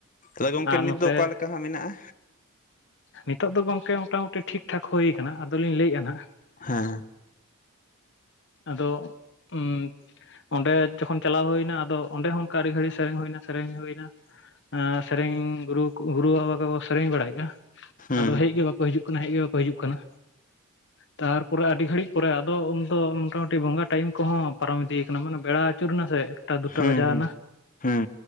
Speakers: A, on the left; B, on the left.
A: ᱛᱟᱦᱞᱮ ᱜᱚᱢᱠᱮ
B: ᱟᱨ
A: ᱱᱤᱛ
B: ᱱᱚᱛᱮ
A: ᱫᱚ ᱚᱠᱟᱞ ᱞᱮᱠᱟ ᱦᱟᱸ ᱢᱮᱱᱟᱜᱼᱟ
B: ᱱᱤᱛᱚᱜ ᱫᱚ ᱜᱚᱢᱠᱮ ᱢᱚᱴᱟᱢᱩᱴᱤ ᱴᱷᱤᱠ ᱴᱷᱟᱠ ᱦᱩᱭ ᱠᱟᱱᱟ ᱟᱫᱚᱞᱤᱧ ᱞᱟᱹᱭᱮᱫᱼᱟ ᱱᱟᱸᱜ
A: ᱦᱮᱸ ᱦᱮᱸ᱾
B: ᱟᱫᱚ ᱩᱸ ᱚᱸᱰᱮ ᱡᱚᱠᱷᱚᱱ ᱪᱟᱞᱟᱣ ᱦᱩᱭᱱᱟ ᱟᱫᱚ ᱚᱸᱰᱮ ᱦᱚᱸ ᱚᱱᱠᱟ ᱟᱹᱰᱤ ᱜᱷᱟᱹᱲᱤ ᱥᱮᱨᱮᱧ ᱦᱩᱭᱱᱟ ᱥᱮᱨᱮᱧ ᱦᱩᱭᱱᱟ ᱥᱮᱨᱮᱧ ᱜᱩᱨᱩ ᱜᱩᱨᱩ ᱵᱟᱵᱟ ᱠᱚᱠᱚ ᱥᱮᱨᱮᱧ ᱵᱟᱲᱟᱭᱮᱫᱼᱟ
A: ᱦᱩᱸ
B: ᱟᱫᱚ ᱦᱮᱡ ᱜᱮ ᱵᱟᱠᱚ ᱦᱤᱡᱩᱜ ᱠᱟᱱᱟ ᱦᱮᱡ ᱜᱮ ᱵᱟᱠᱚ ᱦᱤᱡᱩᱜ ᱠᱟᱱᱟ ᱛᱟᱨᱯᱚᱨᱮ ᱟᱹᱰᱤ ᱜᱷᱟᱹᱲᱤᱡ ᱯᱚᱨᱮ ᱟᱫᱚ ᱩᱱᱫᱚ ᱢᱚᱴᱟᱢᱩᱴᱤ ᱵᱚᱸᱜᱟ ᱴᱟᱭᱤᱢ ᱠᱚᱦᱚᱸ ᱯᱟᱨᱚᱢ ᱤᱫᱤᱭ ᱠᱟᱱᱟ ᱢᱟᱱᱮ ᱵᱮᱲᱟ ᱟᱹᱪᱩᱨᱱᱟ ᱥᱮ ᱮᱠᱴᱟ ᱫᱩᱴᱟ
A: ᱦᱩᱸ
B: ᱵᱟᱡᱟᱣ
A: ᱦᱩᱸ
B: ᱮᱱᱟ
A: ᱦᱩᱸ